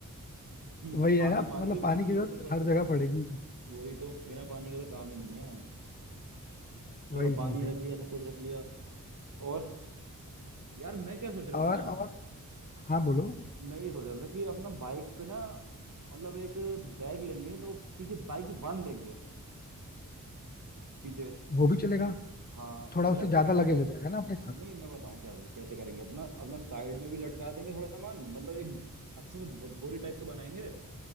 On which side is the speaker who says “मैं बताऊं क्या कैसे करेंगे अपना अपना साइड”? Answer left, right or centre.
Right